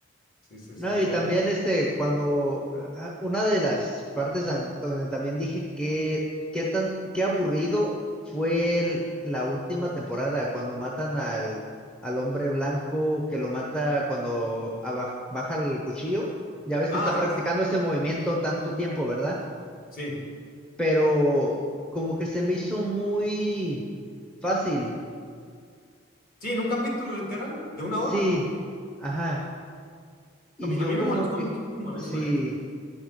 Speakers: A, on the left; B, in the centre.
A: Sí, sí,
B: No,
A: sí, estuvo
B: y también
A: muy...
B: este, cuando ah, una de las partes tam- donde también dije que qué tan qué aburrido fue el- la última temporada cuando matan al al hombre blanco que lo mata cuando aba- baja el cuchillo. Ya ves
A: Ah,
B: que está practicando este movimiento tanto tiempo, ¿verdad?
A: sí.
B: Pero como que se me hizo muy fácil.
A: Sí, en un capítulo literal de una
B: Sí.
A: hora.
B: Ajá. Y
A: A mí,
B: yo
A: a mí
B: como
A: me molestó
B: que
A: muchísimo
B: sí.
A: eso, ¿eh?